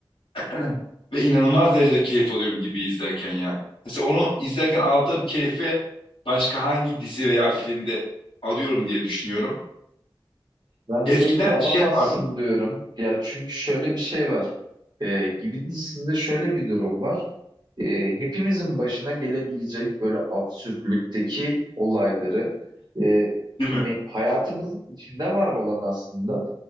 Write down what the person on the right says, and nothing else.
Yani
belki alamazsın
diyorum. Ya çünkü şöyle bir şey var. Ee, Gibi dizisinde şöyle bir durum var. Ee, hepimizin başına gelebilecek böyle absürtlükteki olayları e,
hani hayatımızın içinde var olan aslında